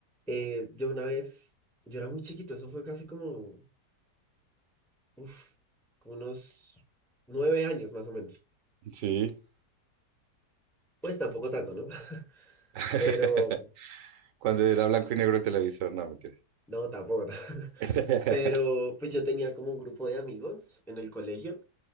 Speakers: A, in the centre; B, on the right.
A: Eh, yo una vez, yo era muy chiquito, eso fue casi como, uf, como unos nueve años más o menos.
B: Sí.
A: Pues tampoco tanto, ¿no? <laughs>
B: <laughs>
A: Pero,
B: Cuando era blanco y negro el televisor, no, mentira.
A: no, tampoco tanto.
B: <laughs>
A: <laughs> Pero pues yo tenía como un grupo de amigos en el colegio